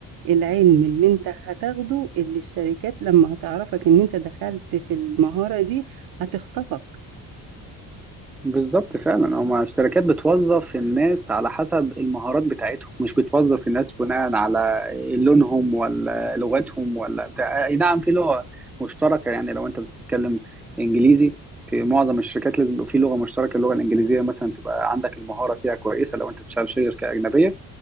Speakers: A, on the right; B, in the centre.
A: العلم اللي أنت هتاخده اللي الشركات لمّا هتعرفك إن أنت دخلت في المهارة دي هتخطفك.
B: بالظبط فعلا هما الشركات بتوظف الناس على حسب المهارات بتاعتهم مش بتوظف الناس بناء على لونهم ولا لغتهم ولا بتاع اي نعم في لغة مشتركة يعني لو انت بتتكلم انجليزي في معظم الشركات لازم يبقى في لغة مشتركة اللغة الانجليزية مثلا تبقى عندك المهارة فيها كويسة لو انت بتشتغل شركة أجنبية